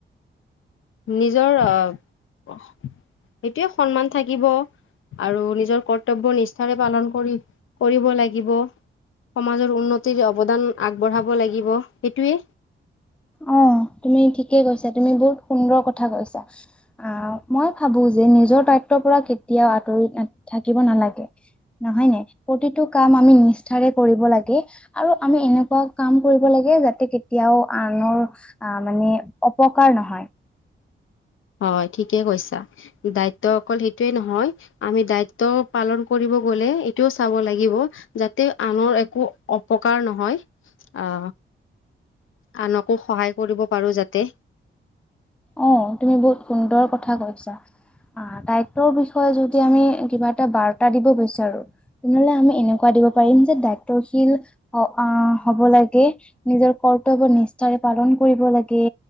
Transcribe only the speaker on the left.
নিজৰ আ, সেইটোৱে সন্মান থাকিব আৰু নিজৰ কৰ্তব্য নিষ্ঠাৰে পালন কৰি কৰিব লাগিব সমাজৰ উন্নতিৰ অৱদান আগবঢ়াব লাগিব সেইটোৱে
হয়, ঠিকে কৈছা দায়িত্ব অকল সেইটোয়ে নহয় আমি দায়িত্ব পালন কৰিম গলে এটোও চাব লাগিব যাতে আনৰ একো অপকাৰ নহয়। আ, আনকো সহায় কৰিব পাৰো যাতে।